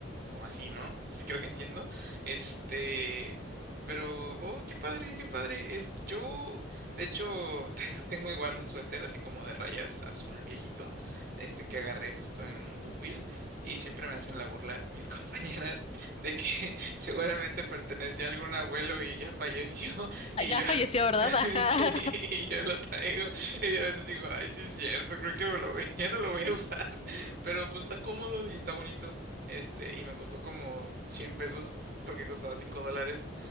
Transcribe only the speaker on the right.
como así, ¿no? Sí, creo que entiendo. Este, pero, oh, qué padre, qué padre. Es, yo, de hecho, <laughs> tengo, tengo igual un suéter así como de rayas azul viejito, este que agarré justo en un Goodwill y siempre me hacen la burla mis <laughs> compañeras de que <laughs> seguramente pertenecía a algún abuelo y ya falleció <laughs> y
yo,
<laughs>
sí, y yo lo traigo. <laughs> Y a veces digo, ay, sí es cierto, creo que me lo voy- <laughs> ya no lo voy a usar, <laughs> pero pues está cómodo y está bonito. Este, y me costó como 100 pesos porque costaba 5 dólares.